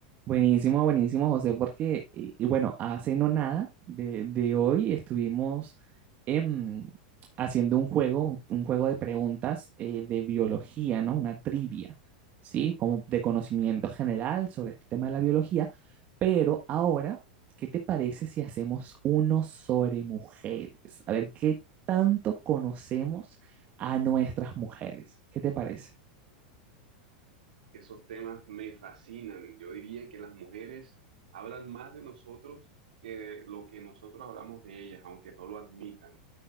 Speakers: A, on the right (about 35°); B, on the right (about 85°).
A: Buenísimo, buenísimo, José, porque, y, y bueno, hace no nada de, de hoy estuvimos em, haciendo un juego, un, un juego de preguntas eh, de biología, ¿no? Una trivia, ¿sí? Como de conocimiento general sobre este tema de la biología. Pero ahora, ¿qué te parece si hacemos uno sobre mujeres? A ver, ¿qué tanto conocemos a nuestras mujeres? ¿Qué te parece?
B: Esos temas me fascinan. Yo diría que las mujeres hablan más de nosotros que de lo que nosotros hablamos de ellas, aunque no lo admitan.